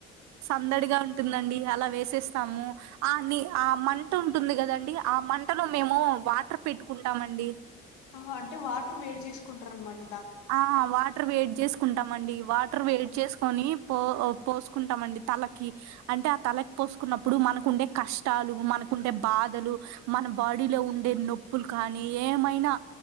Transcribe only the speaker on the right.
సందడిగా ఉంటుందండి. అలా వేసేస్తాము ఆ నీ ఆ మంట ఉంటుంది కదండి ఆ మంటలో మేము వాటర్ పెట్టుకుంటామండి
ఆహా వాట్ వేడి చేసుకుంటామండి. వాటర్ వేడి చేసుకొని పో పోసుకుంటామండి. తలకి అంటే ఆ తలకి పోసుకున్నప్పుడు మనకుండే కష్టాలు మనకుండే బాధలు మన బాడీలో ఉండే నొప్పులు కానీ ఏమైనా